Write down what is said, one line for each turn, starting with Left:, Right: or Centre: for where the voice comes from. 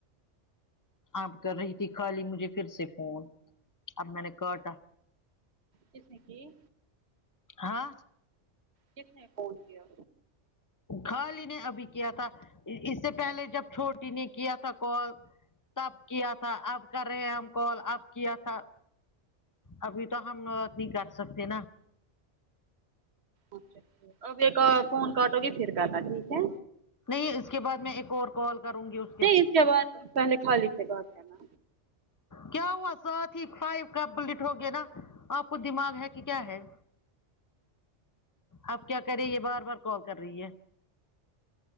Left: آپ کر رہی تھی خالی مجھے پھر سے فون اب میں نے کاٹا
Right: کس نے کی
Left: ہاں
Right: کس نے فون کیا
Left: خالی نے ابھی کیا تھا اس سے پہلے جب چھوٹی نے کیا تھا کال تب کیا تھا اب کر رہے ہیں ہم کال اب کیا تھا ابھی تو ہم نہیں کر سکتے نا
Right: اچھا اب یہ فون کاٹو گے پھر کہ تھا ٹھیک ہے
Left: نہیں اس کے بعد میں ایک اور کال کروں گی اس
Right: نہیں اس کے بعد پہلے خالی سے گات کرنا
Left: کیا ہوا سو ٹیک فائیو کمپلیٹ ہو گیا نا آپ کو دماغ ہے کہ کیا ہے آپ کیا کریں یہ بار بار کال کر رہی ہے